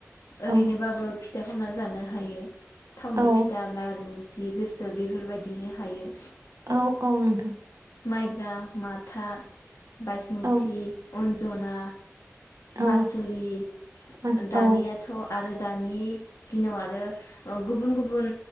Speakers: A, on the right; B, on the left.
A: औ
B: ओरैनोबाबो फिथा खावना जानो हायो थावनि
A: औ
B: फिथा लारु जि गोसो बेफोरबायदिनो हायो।
A: औ औ नोंथां
B: माइब्रा माथा बाइसमुथि
A: औ
B: अन जना मासुरि
A: औ मास
B: दानियाथ'
A: औ
B: आरो दानि दिनाव आरो गुबुन गुबुन